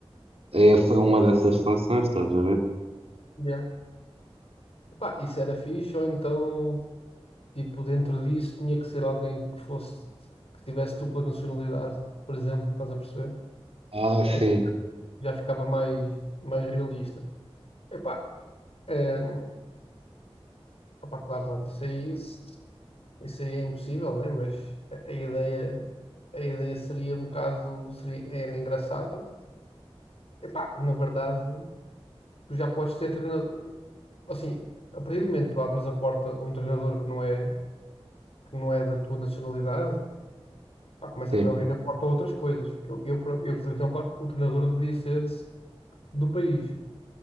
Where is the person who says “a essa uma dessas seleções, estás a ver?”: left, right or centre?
Right